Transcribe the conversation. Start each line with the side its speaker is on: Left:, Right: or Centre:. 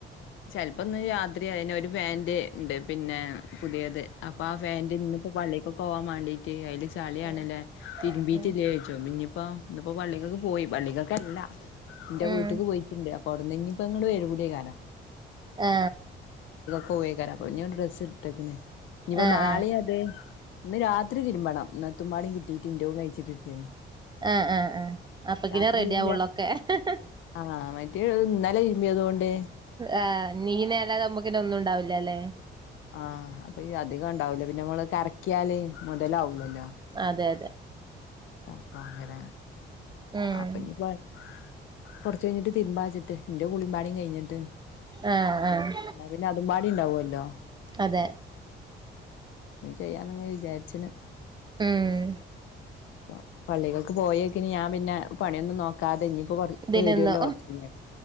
Left: ചെലപ്പോന്ന് രാത്രി ആയിന് ഒരു പാന്റ് ഉണ്ട് പിന്നെ പുതിയത് അപ്പൊ ആ പാന്റ് ഇന്നിപ്പോ പള്ളിക്കൊക്കെ പോവാൻ വേണ്ടീട്ട് അതില് ചളിയാണല്ലേ
Right: ഉം
Left: തിരുമ്പീട്ടില്ലേ
Right: ഉം
Left: ചോയിച്ചു അപ്പം ഇനിപ്പം പള്ളിക്കൊക്കെ പോയി പള്ളികൊക്കെല്ല എന്റെ
Right: ഉം
Left: വീട്ടിക്ക് പോയിട്ടുണ്ട് കൊടന്നെങ്കി ഇപ്പ ഇങ്ങള് വരുല്ലേ ഞാനാ
Right: ആ
Left: കോയേക്കാരപ്പ പൊരിഞ്ഞോട് ഡ്രസ്സ് ഇട്ടെക്ക്ണ് ഇനീയിപ്പ
Right: ആ ആ
Left: നാളെയത് ഇന്ന് രാ രാത്രി തിരുമ്പണം ഇന്നത്തുമ്പാടെ കിട്ടിട്ടിണ്ട് അഴിച്ചിട്ടിണ്ട്
Right: ആ ആ ആ അപ്പക്കിനെ
Left: രാത്രി
Right: റെഡി
Left: വല്ല്യ
Right: ആവുള്ളൊക്കെ
Left: ആഹ മറ്റേ ഇന്നലെ തിരുമ്പിയതുകൊണ്ട്
Right: ആഹ്നീനേരാത നമ്മുകൊന്നും ണ്ടാവില്ല ലേ <inaudible>
Left: ആഹ്ഹ <unintelligible> <unintelligible> അധികം ഉണ്ടാവുല പിന്നെ നമ്മള് കറക്കിയാലെ ഇടലാവുലല്ലോ
Right: അതെ തെ
Left: അപ്പാണത്
Right: ഉം
Left: അപ്പഞ്ഞ്പ <unintelligible> കുട് കഴിഞ്ഞിട്ട് തിരുമ്പാച്ചിട്ട് ന്റെ കുളിമ്പാടീംകഴിഞ്ഞിട്ട്
Right: ആഹ് ആഹ്
Left: എന്നാ പിന്നെ അതും പാടി ഉണ്ടാവല്ലോ
Right: അതെ
Left: ന്ന്ചെയ്യാന്ന്‌ങ്ങെ വിചാരിച്ണ്
Right: ആഹ്
Left: ഇപ്പൊ പള്ളിക്കക്ക് പോയൊക്കിന് ഞാൻ പിന്നെ പണിയൊന്നും നോക്കാതെ ഇഞ്ഞി ഇപ്പൊ കൊ ഇപ്പ
Right: ഇതിനൊന്നു
Left: വരുല്ലോ കൊറച്ച കഴിഞ്ഞാ